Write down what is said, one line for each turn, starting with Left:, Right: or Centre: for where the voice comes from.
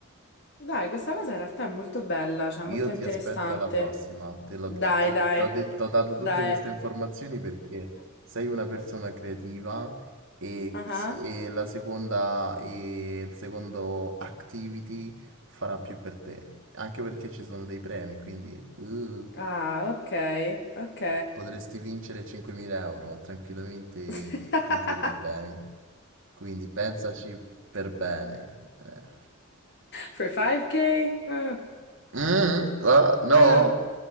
Left: Dai, questa cosa in realtà è molto bella, cioè
Right: Io
Left: molto interessante.
Right: ti aspetto alla prossima. Te l'ho
Left: Dai,
Right: t- t-
Left: dai,
Right: t'ho detto- t'ho dato
Left: dai.
Right: tutte queste informazioni perché sei una persona creativa e,
Left: Ah,
Right: e la seconda e il secondo activity farà più per te. Anche perché ci sono dei premi, quindi uh,
Left: ah, ok, ok.
Right: potresti vincere 5.000 euro tranquillamente
Left: <laughs>
Right: senza problemi. Quindi pensaci per bene. Eh.
Left: For 5K? Mm,
Right: Mm, ah, no,
Left: ah,